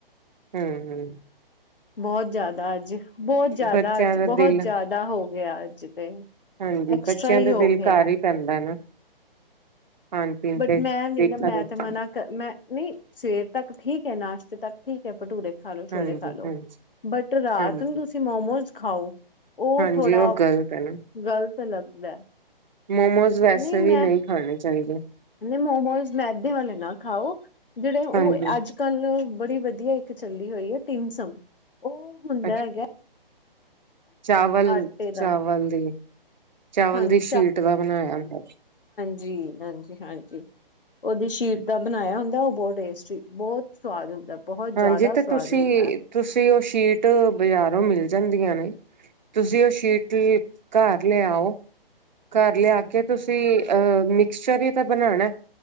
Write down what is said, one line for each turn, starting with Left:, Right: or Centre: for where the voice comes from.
Right: ਹਮ ਹਮ
Left: ਬਹੁਤ ਜ਼ਿਆਦਾ ਅੱਜ ਬਹੁਤ ਜ਼ਿਆਦਾ
Right: ਬੱਚਿਆਂ
Left: ਅੱਜ
Right: ਦਾ
Left: ਬਹੁਤ
Right: ਦਿਲ
Left: ਜ਼ਿਆਦਾ ਹੋ ਗਿਆ ਅੱਜ ਤੇ
Right: ਹਾਂਜੀ
Left: ਐਕਸਟਰਾ
Right: ਬੱਚਿਆਂ
Left: ਹੀ
Right: ਦਾ
Left: ਹੋ
Right: ਦਿਲ
Left: ਗਿਆ
Right: ਘਰ ਹੀ ਪੈਂਦਾ ਨਾ ਖਾਣ ਪੀਣ
Left: ਬਟ
Right: ਤੇ
Left: ਮੈਂ ਨੀ
Right: ਦੇਖਾ
Left: ਨਾ ਮੈਂ
Right: ਦੇਖੀ
Left: ਤੇ ਮਨਾ ਕਰ ਮੈਂ ਨੀ ਸਵੇਰ ਤੱਕ ਠੀਕ ਹੈ ਨਾਸ਼ਤੇ ਤੱਕ ਠੀਕ ਹੈ ਭਟੂਰੇ ਖਾ ਲੋ
Right: ਹਾਂਜੀ
Left: ਛੋਲੇ ਖਾ ਲੋ
Right: ਹਾਂਜੀ
Left: ਬਟ ਰਾਤ
Right: ਹਾਂਜੀ
Left: ਨੂੰ ਤੁਸੀਂ ਮੋਮੋਜ਼ ਖਾਓ ਉਹ
Right: ਹਾਂਜੀ
Left: ਥੋੜ੍ਹਾ
Right: ਗ਼ਲਤ ਹੈ ਨਾ
Left: ਗਲਤ ਲੱਗਦਾ
Right: ਮੋਮੋਸ ਵੈਸੇ
Left: ਨਹੀਂ ਮੈਂ
Right: ਵੀ ਖਾਣੇ ਚਾਹੀਦੇ
Left: ਨਹੀਂ ਮੋਮੋਸ ਮੈਦੇ ਵਾਲੇ ਨਾ ਖਾਓ ਜਿਹੜੇ ਉਹ
Right: ਹਾਂਜੀ
Left: ਅੱਜ ਕੱਲ ਬੜੀ ਵਧੀਆ ਇੱਕ ਚੱਲੀ ਹੋਈ ਹੈ ਟਿਮਸਮ ਉਹ ਹੁੰਦਾ
Right: ਅੱਛਾ
Left: ਹੈਗਾ
Right: ਚਾਵਲ
Left: ਆਟੇ
Right: ਚਾਵਲ
Left: ਦਾ
Right: ਦੀ ਚਾਵਲ
Left: ਹਾਂਜੀ
Right: ਦੀ ਸ਼ੀਟ ਦਾ ਬਣਾਇਆ ਹੁੰਦਾ ਸੀ
Left: ਜੀ ਹਾਂਜੀ ਹਾਂਜੀ ਉਹਦੀ ਸ਼ੀਟ ਦਾ ਬਣਾਇਆ ਹੁੰਦਾ ਉਹ ਬਹੁਤ ਟੇਸਟੀ ਬਹੁਤ ਸਵਾਦ ਹੁੰਦਾ ਬਹੁਤ
Right: ਹਾਂਜੀ
Left: ਜ਼ਿਆਦਾ
Right: ਤੇ
Left: ਸਵਾਦ
Right: ਤੁਸੀਂ
Left: ਹੁੰਦਾ
Right: ਤੁਸੀਂ ਉਹ ਸ਼ੀਟ ਬਾਜ਼ਾਰੋਂ ਮਿਲ ਜਾਂਦੀਆਂ ਨੇ ਤੁਸੀਂ ਉਹ ਸ਼ੀਟ ਘਰ ਲਿਆਓ ਘਰ ਲਿਆ ਕੇ ਤੁਸੀਂ ਅਹ ਆਸ਼ਚਰ ਤਾਂ ਬਣਾਉਣਾ